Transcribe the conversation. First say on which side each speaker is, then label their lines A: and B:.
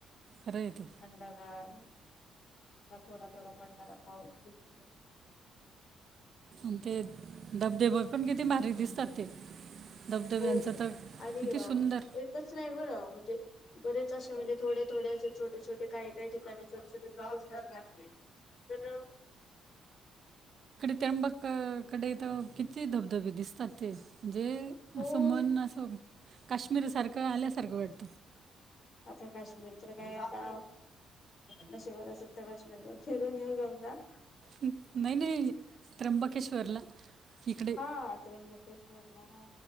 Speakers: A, on the right (about 55°); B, on the left (about 55°).
A: खरं आहे ते
B: थंडगार तर थोडा थोडा पडणारा पाऊस की
A: आणि ते धबधबे पण किती भारी दिसतात ते धबधब्यांचं
B: हो
A: तर
B: आणि
A: किती
B: अ
A: सुंदर
B: एकच नाही बरं म्हणजे बरेच असे म्हणजे थोडे थोडे असे छोटे छोटे काही काही ठिकाणी छोटे छोटे तर
A: त्र्यंबक कडे तर किती धबधबे दिसतात ते म्हणजे
B: हो
A: असं मन असं काश्मीर सारखं आल्या सारखं वाटतं
B: आता काश्मीर तर काय आता नशीब अस तर काश्मीर बोल <inaudible>
A: नाही नाही त्र्यंबकेश्वरला इकडे
B: हा त्र्यंबकेश्वर ला ह